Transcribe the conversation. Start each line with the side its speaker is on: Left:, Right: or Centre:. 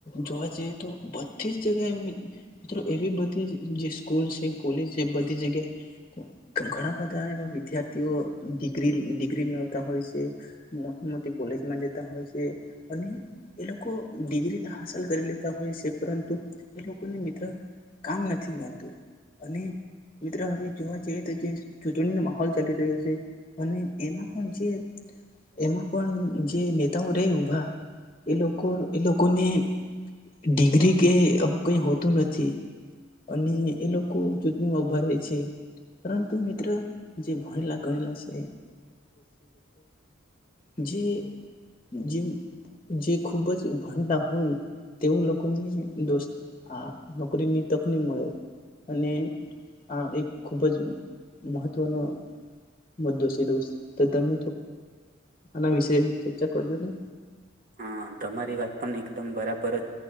Left: જોવા જઈએ તો બધી જ જગ્યાએ મિત્રો એવી બધી જે સ્કૂલ છે કોલેજ છે બધી જગ્યાએ ઘણા બધા એવા વિદ્યાર્થીઓિગ્રી ડિગ્રી મેળવતા હોય છે મોટી મોટી કોલેજમાં જતા હોય છે અને એ લોકો ડિગ્રી હાંસલ કરી લેતા હોય છે પરંતુ એ લોકોને મિત્ર કામ નથી મળતું અને મિત્ર હવે જોવા જઈએ તો જે જે માહોલ ચાલી રહ્યો છે અને એમાં પણ જે એમાં પણ જે નેતાઓ રહે ઉભા એ લોકો એ લોકોને ડિગ્રી કે આવું કઈ હોતું નથી અને એ લોકો ચૂટણીમાં ઉભા રહે છે પરંતુ મિત્ર જે ભણેલા ગણેલા છે જે જે જે ખૂબ જ ભણતા હોય તેવ લોકોને દોસ્ત આ નોકરીની તકની મળે અને આ એક ખૂબ જ મહત્વનો મુદ્દો છે દોસ્ત થોડું આના વિશે ચર્ચા કરજો નને
Right: હા તમારી વાત પણ એકદમ બરાબર